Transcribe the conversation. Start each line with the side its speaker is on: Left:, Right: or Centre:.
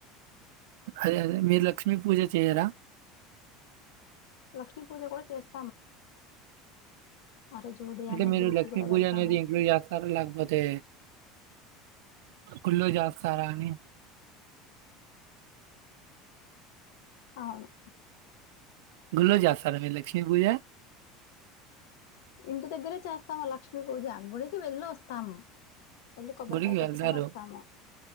Right: అదే అదే మీరు లక్ష్మీ పూజ చేయరా
Left: లక్ష్మి పూజ కూడా చేస్త ఆ రోజు ఉదయాన్నే
Right: ఇక మీరు
Left: గుడికి
Right: లక్ష్మీ
Left: కూడా
Right: పూజ
Left: వెళ్తాము
Right: అనేది ఇంట్లో చేస్తారు లేకపోతే గుళ్ళో చేస్తార అని
Left: అవును
Right: గుళ్ళో చేస్తారా మీరు లక్ష్మి పూజ
Left: ఇంటి దగ్గరే చేస్తాము లక్ష్మీ పూజ గుడికి వెళ్ళొస్తాము రండి కొబ్బరికాయ
Right: గుడికి
Left: కొట్టుకొని
Right: వెళ్తారు.
Left: వస్తాము